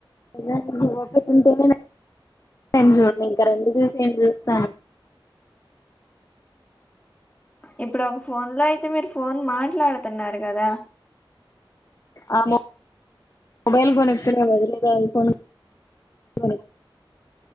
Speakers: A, on the left; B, on the left.
A: <unintelligible> ఒక ఉంటేనే ఏం చూడలే ఇంకా రెండు చూసి ఏం చూస్తాను
B: ఇప్పుడు ఒక ఫోన్ లో అయితే మీరు ఫోన్ మాట్లాడుతున్నారు కదా!
A: ఆ మో మొబైల్ ఫోన్ ఎత్కొనే బదులు ఏదో ఐ ఫోన్ కొని